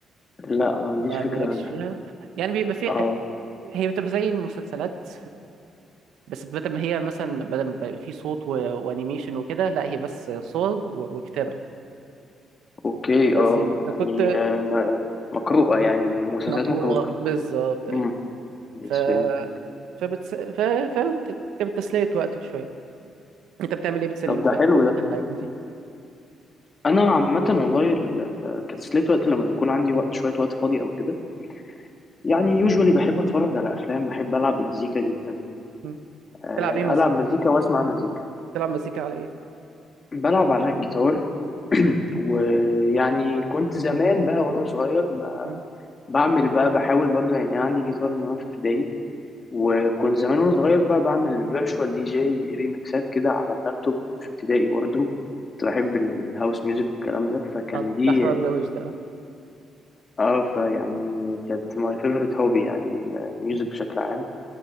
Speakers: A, on the left; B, on the right.
A: لا ما عنديش
B: ما
A: فكره
B: مالكش
A: عنها
B: فيها يعني بيبقى فيها
A: اه
B: هي بتبقى زي المسلسلات بس بدل ما هي مثلا بدل ما يبقى في صوت و... وانيميشن وكده لا هي بس صور و... وكتابة
A: اوكي
B: بس
A: اه
B: يعني. فكنت
A: يعني آه، ما- مقروءه يعني مسلسلات
B: مقروءة
A: مقروءه
B: بالظبط أيوة
A: امم يس
B: ف
A: فهمتك
B: فبتس... ف... فاهم كانت بتسلية وقت شوية أنت بتعمل إيه بتسلي
A: طب
B: في
A: ده
B: وقتك
A: حلو
B: عامة
A: ده
B: الأيام دي؟
A: انا عامه والله ال- آه، كتسلية وقت لما بيكون عندي وقت شويه وقت فاضي او كده يعني يوجوالي بحب اتفرج على افلام بحب العب مزيكا جدا
B: م.
A: آه،
B: تلعب إيه مزيكا؟
A: العب مزيكا واسمع مزيكا
B: تلعب مزيكا على إيه؟
A: بلعب على الجيتار <clears throat> ويعني كنت زمان بقى وانا صغير
B: م.
A: بعمل بقى بحاول برضو يعني أنا عندي جيتار من وأنا في ابتدائي وكنت زمان وأنا صغير بقى بعمل فيرتشوال دي جي ريميكسات كده على اللابتوب كنت في ابتدائي برضو كنت بحب الهاوس ميوزك والكلام ده فكان
B: آه،
A: دي
B: ده حوار روش ده
A: اه فيعني كانت ماي فيفورت هوبي يعني الميوزك بشكل عام